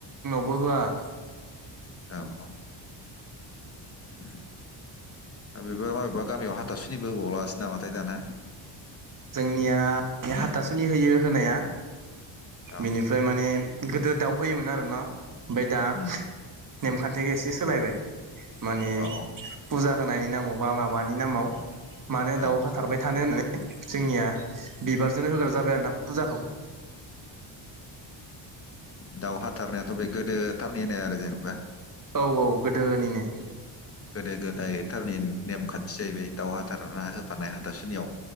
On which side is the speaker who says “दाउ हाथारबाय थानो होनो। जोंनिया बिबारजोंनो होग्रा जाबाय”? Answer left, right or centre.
Right